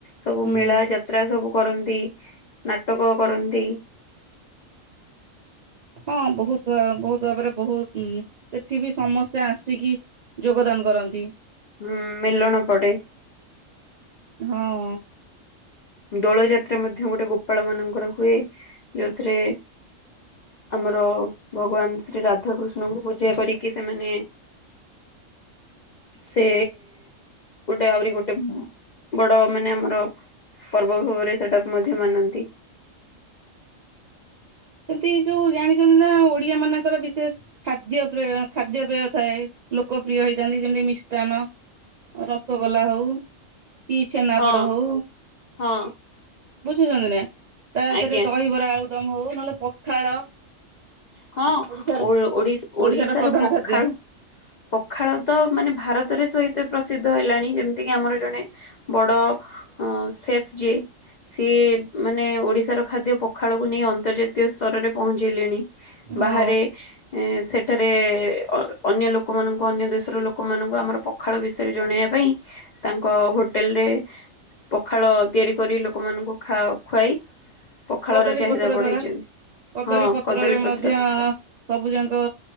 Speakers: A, on the left (about 75°); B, on the right (about 85°).
A: ସବୁ
B: ହୁଁ
A: ମେଳା ଯା ତ୍ରା ସବୁ କରନ୍ତି, ନାଟକ କରନ୍ତି।
B: ହଁ, ବହୁତ୍ <unintelligible> ବହୁତ୍ ଭାବରେ ବହୁତ୍ ଉଁ ସେଠି ବି ସମସ୍ତେ ଆସିକି ଯୋଗଦାନ କରନ୍ତି।
A: ହୁଁ, ମେଲଣ ପଡେ।
B: ହଁ।
A: ଦୋଳଯାତ୍ରା ମଧ୍ୟ ଗୋଟେ ଗୋପାଳ ମାନଙ୍କର ହୁଏ, ଯୋଉଥିରେ ଆମର ଭଗବାନ୍ ଶ୍ରୀ ରାଧାକୃଷ୍ଣଙ୍କୁ ପୂଜା କରିକି ସେମାନେ
B: <unintelligible>
A: ସେ ଗୋଟେ ଆହୁରି ଗୋଟେ ବଡ ମାନେ ଆମର ପର୍ବ ଭାବରେ ସେଟାକୁ ମଧ୍ୟ ମାନନ୍ତି।
B: ସେମ୍ତି ଏଯୋଉ ଜାଣିଚନ୍ତି ନା ଓଡିଆ ମାନଙ୍କର ବିଶେଷ ଖାଦ୍ୟ ପ୍ରେୟ ଖାଦ୍ୟପେୟ ଥାଏ ଲୋକ ପ୍ରିୟ ହେଇଥାନ୍ତି, ଯେମ୍ତି ମିଷ୍ଟାନ ରସଗୋଲା ହଉ କି ଛେନାପୋଡ
A: ହଁ
B: ହଉ,
A: ହଁ
B: ବୁଝୁଚନ୍ତି ନା? ତାଦେରେ
A: ଆଜ୍ଞା।
B: ଦହିବରା ଆଳୁଦମ୍ ହଉ ନହେଲେ ପଖାଳ
A: ହଁ,
B: ଓଡିଶାର
A: ଓ ଓଡି
B: ଓଡିଶାର
A: ଓଡ଼ିଶା
B: ପ୍ରଧାନ
A: ର ପଖାଳ
B: ଖାଦ୍ୟ
A: ପଖାଳ ତ ମାନେ ଭାରତରେ ସହିତେ ପ୍ରସିଦ୍ଧ ହେଲାଣି, ଯେମ୍ତି କିି ଆମର ଜଣେ ବଡ ଅଁ ସେଫ୍ ଯିଏ ସିଏ ମାନେ ଓଡିଶାର ଖାଦ୍ୟ ପଖାଳକୁ ନେଇ ଅନ୍ତର୍ଜାତୀୟ ସ୍ତରରେ ପହଞ୍ଚେଇଲେଣି।
B: ହଁ
A: ବାହାରେ ଏଁ ସେଠାରେ ଅନ୍ୟ ଲୋକମାନଙ୍କୁ ଅନ୍ୟ ଦେଶର ଲୋକମାନଙ୍କୁ ଆମର ପ ଖାଳ ବିଷୟରେ ଜଣେଇବା ପାଇଁ ତାଙ୍କ ହୋଟେଲ୍ ରେ ପଖାଳ ତିଆରି କରି ଲୋକମାନଙ୍କୁ ଖାଅ ଖୁଆଇ ପଖାଳର
B: କଦଳୀ
A: ଚାହିଦା
B: ପତ୍ର
A: ବଢେଇଛନ୍ତି
B: ଦ୍ଵାରା କଦଳୀ
A: ହଁ
B: ପତ୍ ପତ୍ରରେ
A: ପତ୍ର
B: ମଧ୍ୟ ସବୁଜାଙ୍କ